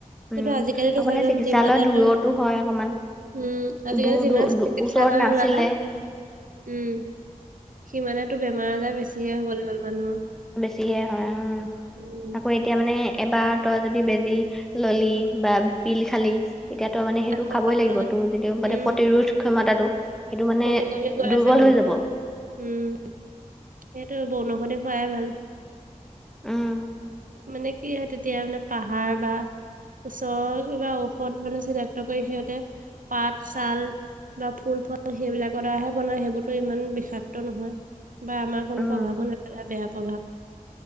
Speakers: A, in the centre; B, on the right.
A: উম
B: কিন্তু আজিকালিটো
A: আকৌ মানে
B: চাৰিজন
A: চিকিৎসালয়ৰ
B: যিমানেই
A: দূৰতো
B: তোৰ
A: হয় অকমান
B: উম, আজিকালি
A: দূৰ
B: যিমানে
A: দূৰ
B: চিকিৎসালয়
A: দূ ওচৰত নাছিলে।
B: ওলালে উম। সিমানেতো বেমাৰ আজাৰ বেছিহে হবলে হ'ল মানুহৰ।
A: যিহে হয় অহ,
B: উম
A: আকৌ এতিয়া মানে এবাৰ তই যদি বেজি ললি বা পিল খালি এতিয়াতো মানে সেইটো
B: আকৌ
A: খাবই
B: খাব
A: লাগিব
B: লগা
A: তোৰ যিটো মানে
B: উম
A: প্ৰতিৰোধ ক্ষমতাটো সেইটো মানে
B: কমি -কমি গৈ
A: দুৰ্বল
B: আছে মানুহ
A: হৈ যাব।
B: উম সেইটো বনৌষধি খোৱাই ভাল।
A: উম,
B: মানে কি হয় তেতিয়া মানে পাহাৰ বা ওচৰৰ কিবা ঔষধ মানে চিধা ত 'কৰি সিহঁতে পাত, ছাল বা ফুল-ফল সেইবিলাকৰ দ্বাৰাহে বনাই সেইবোৰতো ইমান বিষাক্ত নহয় বা আমাক কোনো
A: উম,
B: প্ৰভাৱো নেপেলাই বেয়া প্ৰভাৱ।